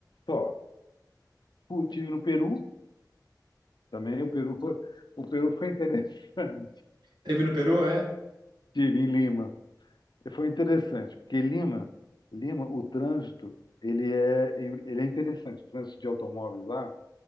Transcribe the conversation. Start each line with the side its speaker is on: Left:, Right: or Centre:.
Left: só. Estive no Peru, Também o Peru foi, o Peru foi interessante. <laughs>
Right: Teve no Peru, é?
Left: Estive em Lima. Foi interessante, porque Lima, Lima, o trânsito, ele é, ele é interessante. O trânsito de automóveis lá,